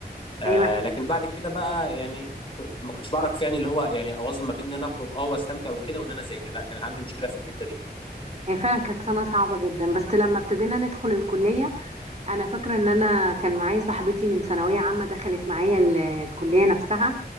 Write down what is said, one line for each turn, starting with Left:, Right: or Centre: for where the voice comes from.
Left: آه
Right: ايوه
Left: لكن بعد كده بقى يعني ما كنتش بعرف يعني اللي هو يعني اوازن ما بين ان انا اخرج اه واستمتع وكده وان انا اذاكر لا كانت عندي مشكله في الحته دي
Right: هي فعلا كانت سنه صعبه جدا بس لما ابتدينا ندخل الكليه انا فاكره ان انا كان معايا صاحبتي من ثانويه عامه دخلت معايا ال- الكليه نفسها